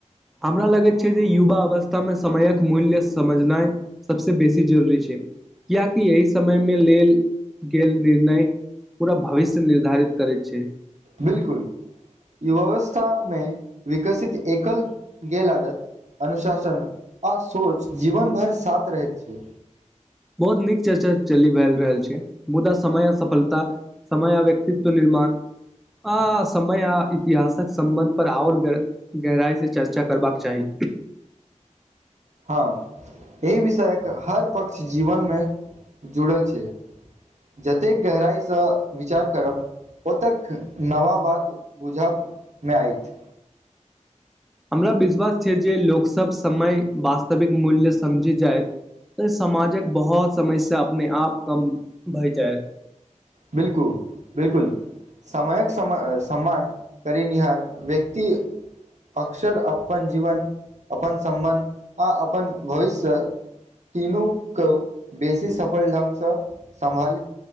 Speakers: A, in the centre; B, on the right (about 65°).
A: हमरा लगैत छै जे युवा अवस्थामे समयक मूल्य समझनाइ सबसे बेसी जरूरी छै कियाकि एहि समय मे लेल गेल निर्णय पूरा भविष्य निर्धारित करैत छै
B: बिलकुल युवावस्थामे विकसित एकल गेल आदत अनुशासन आ सोच जीवन भर साथ रहैत छै
A: बहुत नीक चर्चा चली भेल रहल छै मुदा समय आ सफलता समय आ व्यक्तित्व निर्माण आ समय आ इतिहासक सम्बन्ध पर आओल बेर गहराइ से चर्चा करबाक चाही
B: हँ एहि विषयक हर पक्ष जीवन मे जुड़ल छै जतेक गहराइसँ विचार करब ओतेक नवा बात बुझब मे आइत
A: हमरा विश्वास छै जे लोकसभ समय वास्तविक मूल्य समझि जायत तऽ समाजक बहुत समस्या अपने आप कम भए जायत
B: बिल्कुल बिल्कुल समयक सम सम्मान करनिहार व्यक्ति अक्सर अपन जीवन अपन सम्बन्ध आ अपन भविष्य तीनोको बेसी सफल ढंगसँ सम्हालित